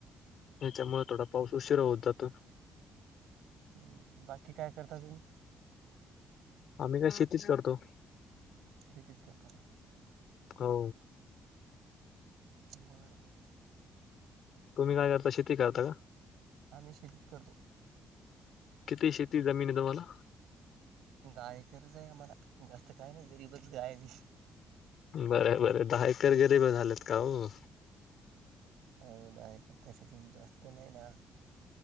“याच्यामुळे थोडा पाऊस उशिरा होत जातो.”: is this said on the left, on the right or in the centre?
Left